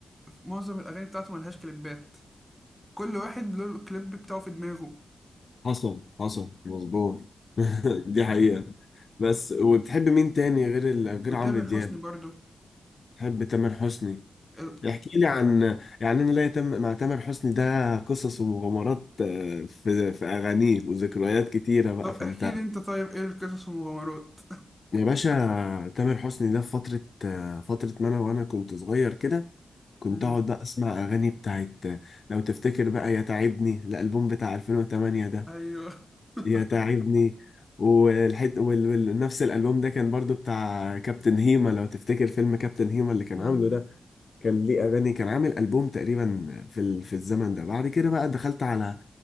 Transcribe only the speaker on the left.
حصل مظبوط <laughs> دي حقيقة بس وبتحب مين تاني غير ال- غير
عمرو دياب؟
بتحب تامر حسني
احكي لي عن يعني انا ليا تم... مع تامر حسني ده قصص ومغامرات آه، في في اغانيه وذكريات كتيره بقى
فانت
يا باشا تامر حسني ده في فتره آه، فتره ما انا وانا كنت صغير كده كنت
اقعد بقى اسمع اغاني بتاعت آه، لو تفتكر بقى يا تعبني الالبوم بتاع 2008 ده
يا تعبني والحت وال... وال... نفس الالبوم ده كان برضو بتاع كابتن هيما لو تفتكر فيلم كابتن هيما اللي كان
عامله ده كان ليه اغاني كان عامل البوم تقريبا في ال... في الزمن ده بعد كده بقى دخلت على